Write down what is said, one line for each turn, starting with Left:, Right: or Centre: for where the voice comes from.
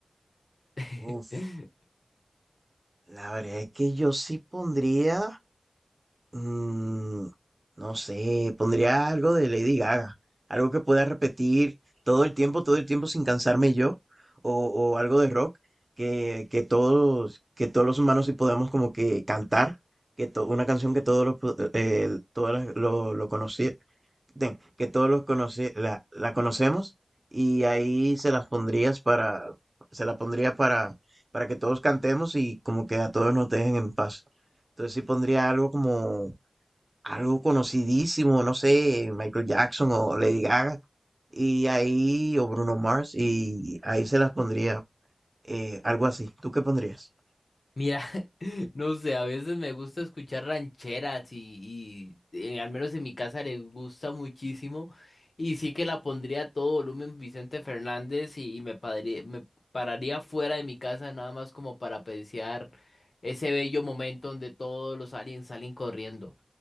Left: <laughs>
Right: Uf, la verdad es que yo sí pondría, mm, no sé, pondría algo de Lady Gaga, algo que pueda repetir todo el tiempo, todo el tiempo sin cansarme yo, o, o algo de rock que, que todos, que todos los humanos sí podamos como que cantar, que to- una canción que todos los, pu- eh, todas las- lo, lo, conoci- de- que todos los conoce, la, la conocemos y ahí se las pondrías para, se la pondría para, para que todos cantemos y como que a todos nos dejen en paz. Entonces sí pondría algo como algo conocidísimo, no sé, Michael Jackson o Lady Gaga y ahí o Bruno Mars y ahí se las pondría eh, algo así. ¿Tú qué pondrías?
Left: Mira, <laughs> no sé, a veces me gusta escuchar rancheras y, y, eh, al menos en mi casa les gusta muchísimo y sí que la pondría a todo volumen Vicente Fernández y, y me, padre- me pararía fuera de mi casa nada más como para apreciar ese bello momento donde todos los aliens salen corriendo.